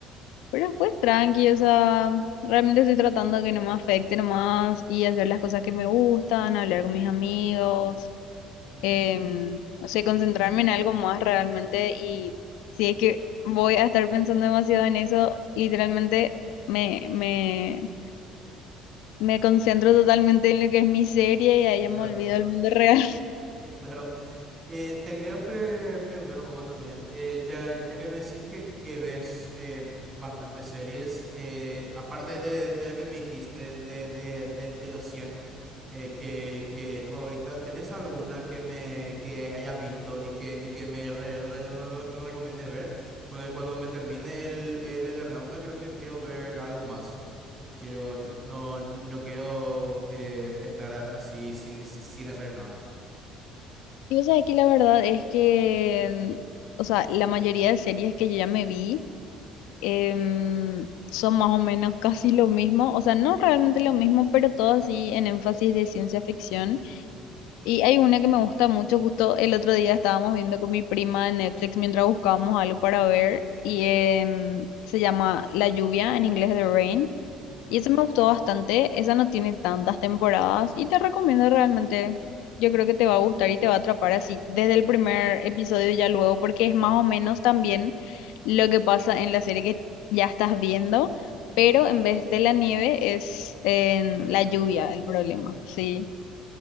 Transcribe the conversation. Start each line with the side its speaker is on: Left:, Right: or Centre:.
Left: Pero después tranqui, o sea, realmente estoy tratando de que no me afecte nomás y hacer las cosas que me gustan, hablar con mis amigos,
Right: mm,
Left: em, no sé, concentrarme en algo más realmente. Y si es que voy a estar pensando demasiado en eso, literalmente me, me, me concentro totalmente en lo que es mi serie y ahí ya
Right: claro.
Left: me olvido del mundo real.
Right: <laughs> Claro. Eh, te quería pre- preguntar un poco también, eh, ya, ya que me decís que, que ves eh, b- bastantes series, eh, aparte de, de la que me dijiste, de, de, de, de los cien eh, que, que es tu favorita, ¿tenés alguna que, me, que hayas visto y que, y que me re- re- re- re- recomiendes ver? Porque cuando me termine el, el Eternauta creo que quiero ver algo más. Quiero, no, no quiero eh, estar a- así sin, sin sin hacer nada.
Left: Y vos sabés que la verdad es que, o sea, la mayoría de series que yo ya me vi em, son más o menos <laughs> casi lo mismo, o sea, no realmente lo mismo, pero todo así en énfasis de ciencia ficción.
Right: Mm,
Left: Y hay una que me gusta mucho, justo el otro día estábamos viendo con mi prima en Netflix mientras buscábamos algo para ver, y em, se llama La lluvia, en inglés The Rain.
Right: mm,
Left: Y esa me gustó bastante, esa no tiene tantas temporadas y te recomiendo realmente, yo creo que te va a gustar y te va a atrapar así desde el primer episodio ya luego, porque es más o menos también lo que pasa en la serie que ya estás viendo, pero
Right: mm.
Left: en vez de la nieve es en
Right: Es lluvia.
Left: la lluvia el problema,
Right: Mm.
Left: sí.